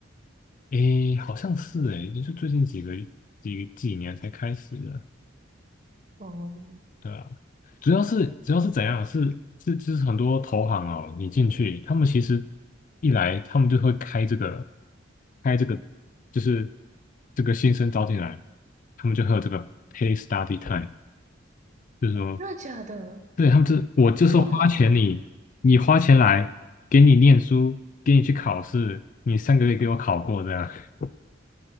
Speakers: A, on the left; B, on the right.
A: <laughs> 诶，好像是诶，也就最近几个几几年才开始的。
B: 哦，
A: 对啊，主要是主要是怎样？是是就是很多投行哦，你进去，他们其实一来他们就会开这个开这个，就是这个新生招进来，他们就会有这个 pay study time，就是说
B: 那假的？
A: 对，他们这，我就是花钱你，
B: 这么好？
A: 你花钱来，给你念书，给你去考试，你上个月给我考过这样。<laughs>